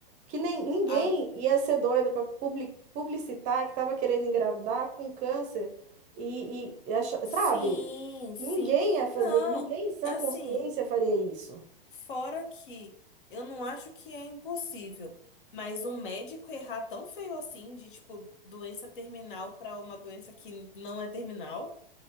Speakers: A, on the right (about 25°); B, on the left (about 60°).
A: que nem ninguém
B: a...
A: ia ser doido para publicitar que estava querendo engravidar com câncer e, e, e acha-
B: sim,
A: sabe?
B: sim.
A: Ninguém ia fazer,
B: Não,
A: ninguém em sã
B: assim,
A: consciência faria isso.
B: Fora que eu não acho que é impossível, mas um médico errar tão feio assim, de tipo, doença terminal pra uma doença que não é terminal,